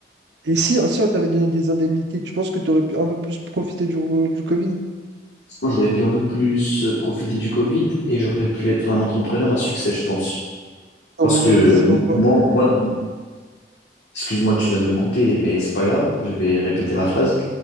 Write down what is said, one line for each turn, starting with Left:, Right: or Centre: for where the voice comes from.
Right: Et si, si on t'avait donné des indemnités, tu penses que tu aurais pu un peu plus profiter du, euh, du Covid?
Left: Moi, j'aurais pu un peu plus euh, profiter du Covid et j'aurais pu être un entrepreneur à succès, je pense.
Right: T'aurais
Left: Parce que
Right: investi
Left: euh,
Right: dans quoi?
Left: moi, moi, dans- excuse-moi, tu viens de me couper, mais c'est pas grave, je vais répéter ma phrase.